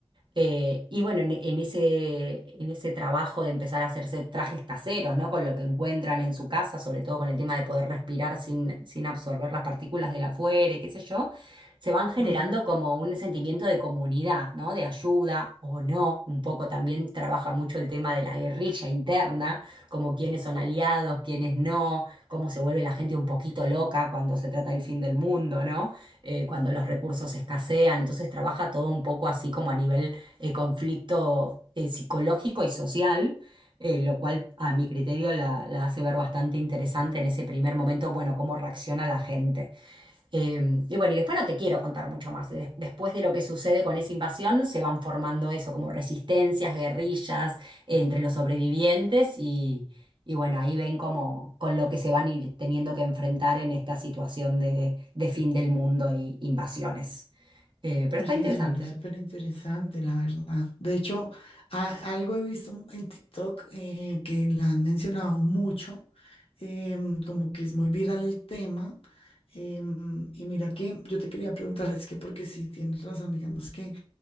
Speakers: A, on the right; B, on the left.
A: Eh, y bueno, en, en ese, en ese trabajo de empezar a hacerse trajes caseros, ¿no? Con lo que encuentran en su casa, sobre todo con el tema de poder respirar sin, sin absorber las partículas del afuera, y qué sé yo, se van generando
B: Ajá.
A: como un sentimiento de comunidad, ¿no? De ayuda o no. Un poco también trabaja mucho el tema de la guerrilla interna, como quiénes son aliados,
B: Ujú.
A: quiénes no, cómo se vuelve la gente un poquito loca cuando se trata del fin del mundo, ¿no? Eh, cuando los recursos escasean. Entonces trabaja todo un poco así como a nivel eh, conflicto eh, psicológico y social, eh, lo cual a mi criterio la, la hace ver bastante interesante en ese primer momento, bueno, cómo reacciona la gente. Eh, y bueno, y después no te quiero contar mucho más. Des- después de lo que sucede con esa invasión, se van formando eso, como resistencias, guerrillas eh, entre los sobrevivientes y... Y bueno, ahí ven como con lo que se van a ir teniendo que enfrentar en esta situación de, de fin del mundo y invasiones. Eh, pero
B: Oye,
A: está interesante.
B: suena súper interesante, la verdad. De hecho, a- algo he visto en TikTok eh, que la han mencionado mucho, em, como que es muy viral el tema. em, y mira que yo te quería preguntar, es que porque sí tienes razón, digamos que